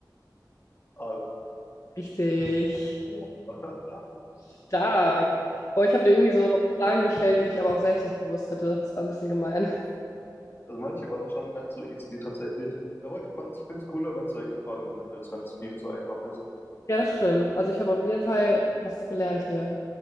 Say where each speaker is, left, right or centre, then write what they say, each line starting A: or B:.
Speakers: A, on the left; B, on the left.
A: Ah,
B: Richtig.
A: ja. <laughs>
B: Stark. Boah, ich habe dir irgendwie so Fragen gestellt, die ich aber auch selbst nicht gewusst hätte. Das war ein bisschen gemein.
A: Also manche waren schon nicht so easy tatsächlich. Aber ich fand's, ich finde es cooler, wenn es solche Fragen sind, als wenn es viel zu einfach ist.
B: Ja, das stimmt. Also ich habe auf jeden Fall was gelernt hier.